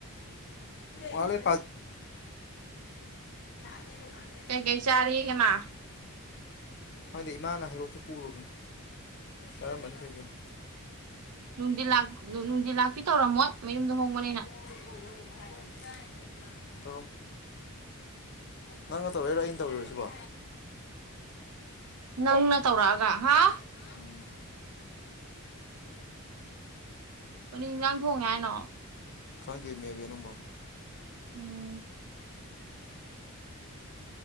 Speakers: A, on the left; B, on the right.
A: ꯋꯥꯠꯂꯤ꯫ ꯂꯅꯦꯔꯣ ꯀꯥꯟꯒ꯭ꯔꯦ꯫
B: ꯀꯩ ꯀꯩ ꯆꯥꯔꯤꯒ ꯃꯥ꯫
A: ꯈꯪꯗꯦ ꯏꯃꯥꯅ ꯍꯩꯔꯣꯛꯇ ꯄꯨꯔꯨꯕꯅꯤ ꯆꯥꯔꯝꯕꯅꯤ ꯀꯩꯒꯤꯅꯣ
B: ꯅꯨꯡꯗꯤ ꯂ ꯅꯨꯡꯗꯤ ꯂꯥꯛꯄꯤ ꯇꯧꯔꯝꯃꯣꯏ ꯃꯌꯨꯝꯗ ꯍꯣꯡꯕꯅꯤꯅ
A: <unintelligible> ꯅꯪꯅ ꯇꯧꯔꯏꯔꯣ ꯑꯩꯅ ꯇꯧꯔꯔꯣꯁꯤꯕꯣ
B: ꯅꯪꯅ ꯇꯧꯔꯛꯑꯒ ꯍꯥ
A: ꯎꯝ
B: ꯄꯨꯣꯠ ꯏꯟꯖꯥꯡ ꯊꯣꯡꯉꯦ ꯍꯥꯏꯅꯣ
A: ꯈꯪꯗꯦ ꯃꯕꯤ ꯑꯅꯪꯝꯕꯣ
B: ꯎꯝ